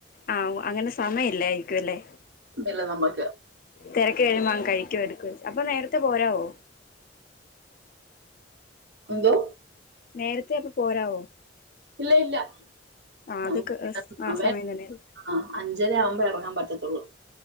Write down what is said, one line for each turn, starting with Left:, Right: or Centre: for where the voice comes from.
Left: ആ അങ്ങനെ സമയല്ലാ ആയിരിക്കും അല്ലെ
Right: ഇല്ല നമ്മക്ക്
Left: തിരക്ക് എഴുമ്പ അങ്ങ് കഴി <unintelligible> അപ്പൊ നേരത്തെ പോരവോ
Right: എന്തോ
Left: നേരത്തെ അപ്പൊ പോരാവോ
Right: ഇല്ല ഇല്ല
Left: ആ
Right: നമുക്ക്
Left: അത്
Right: അ
Left: ആ സമയം തന്നെയല്ലേ
Right: ആ അഞ്ചര ആവുമ്പോ ഇറങ്ങാൻ പറ്റത്തോള്ളൂ